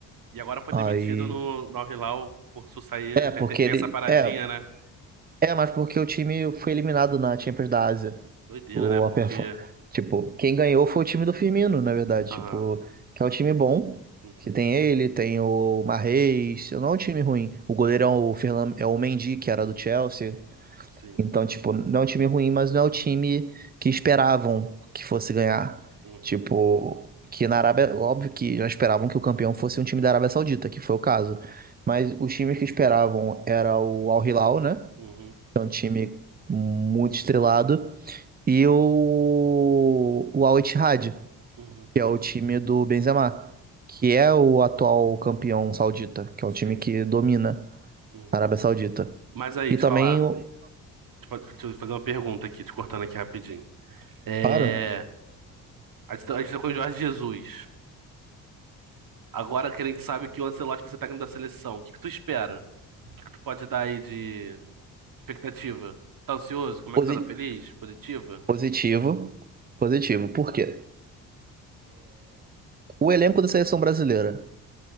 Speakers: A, on the right; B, on the right.
A: E agora foi
B: Aí.
A: demitido no, no Al-Hilal, forçou sair.
B: É,
A: Tem,
B: porque
A: tem- tem
B: ele.
A: essa paradinha,
B: É,
A: né?
B: é, mas porque o time foi eliminado na Champions da Ásia.
A: Doideira,
B: O,
A: né? Porque.
B: a perfor- Tipo, quem ganhou foi o time do Firmino, na verdade.
A: Ah,
B: Tipo, que é um time bom.
A: uhum,
B: Que tem ele, tem o Mahrez. Não é um time ruim. O goleirão,
A: uhum,
B: o Ferlan, é o Mendy, que era do Chelsea.
A: sim.
B: Então, tipo, não é um time ruim, mas não é o time que esperavam que fosse ganhar.
A: Uhum,
B: Tipo, que na Arábia, óbvio que já esperavam que o campeão fosse um time da Arábia Saudita, que foi o caso. Mas os times que esperavam era o Al Hilal, né?
A: uhum,
B: Que é um time muito estrelado. E o, o Al Ittihad,
A: uhum,
B: que é o time do Benzema, que é o atual campeão saudita, que é
A: sim.
B: um time que domina
A: Uhum.
B: a Arábia Saudita.
A: Mas aí,
B: E
A: te
B: também,
A: falar.
B: o-
A: Te fa- deixa eu fazer uma pergunta aqui, te cortando aqui rapidinho. É.
B: claro,
A: A gente tá a gente tá com o Jorge Jesus. Agora que a gente sabe que o Ancelotti vai ser técnico da seleção, o que que tu espera? O que que tu pode dar aí de expectativa? Tá ansioso? Como
B: os,
A: é que tá?
B: i-
A: Tá feliz? Positiva?
B: Positivo, positivo. Por quê? O elenco da seleção brasileira,